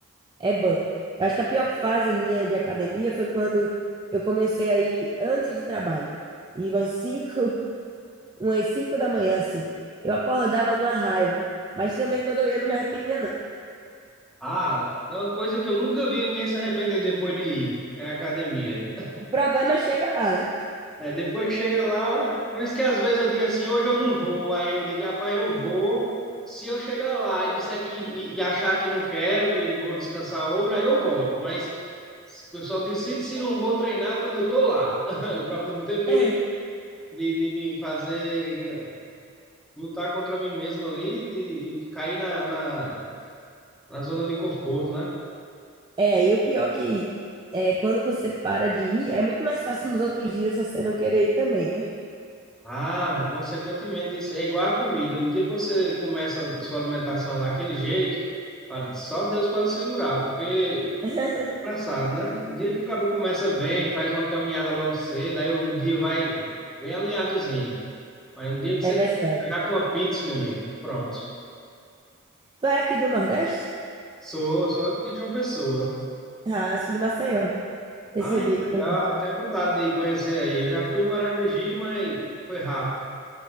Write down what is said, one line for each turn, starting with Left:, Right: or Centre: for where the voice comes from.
Right: É bom. Eu acho que a pior fase minha de academia foi quando eu comecei a ir antes do trabalho. E umas cinco, <laughs> umas cinco da manhã, assim. Eu acordava numa raiva, mas também quando eu ia não me arrependia, não.
Centre: Ah, é uma coisa que eu nunca vi ninguém se arrepender depois de ir, é a academia.
Right: O problema é chegar lá, né?
Centre: É, depois que chega lá, por isso que às vezes eu digo assim, hoje eu não vou, aí eu digo, rapaz, eu vou. Se eu chegar lá e disser que, e, e achar que não quero, que vou descansar hoje, aí eu volto. Mas o pessoal decide se não vou treinar quando eu tô lá, <laughs> para não ter perigo
Right: <laughs>
Centre: de, de me fazer gan- lutar contra mim mesmo ali, de, de cair na, na, na zona de conforto, né?
Right: É, e o pior que é, quando você para de ir, é muito mais fácil nos outros dias você não querer ir também, né?
Centre: Ah, consequentemente, isso é igual à comida. No dia que você começa sua alimentação daquele jeito, para- só Deus pode segurar, porque é
Right: <laughs>
Centre: engraçado, né? O dia que o cabo começa bem, faz uma caminhada logo cedo, aí o dia vai bem alinhadozinho. Mas no dia que
Right: É
Centre: você
Right: verdade.
Centre: começa já com uma pizza, meu amigo, pronto.
Right: Tu é aqui do Nordeste?
Centre: Sou, sou aqui de uma pessoa.
Right: Ah, sou de Maceió. Percebi.
Centre: Ah, que
Right: que
Centre: legal,
Right: eu-
Centre: tenho vontade de ir conhecer aí. Eu já fui em Maragogi, mas foi rápido.